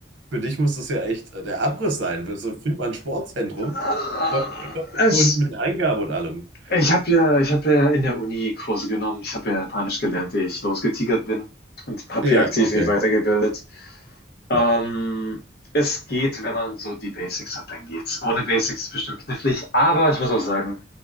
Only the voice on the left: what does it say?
äh.
<laughs> es
Ich habe ja, ich habe ja in der Uni Kurse genommen. Ich habe ja Japanisch gelernt, ehe ich losgetigert bin und habe
hier aktiv
mich weitergebildet. Ähm,
es geht, wenn man so die Basics hat, dann geht's. Ohne Basics ist bestimmt knifflig, aber ich muss auch sagen,